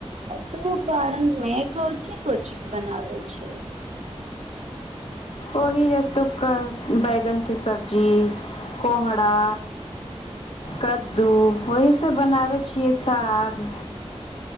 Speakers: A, on the right; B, on the left.
A: त बारणमे कोची कोची बनावै छियै
B: ओहि रेतु कहै बैगन के सब्जी कोहराा कद्दू ओहीसँ बनाबै छियै साग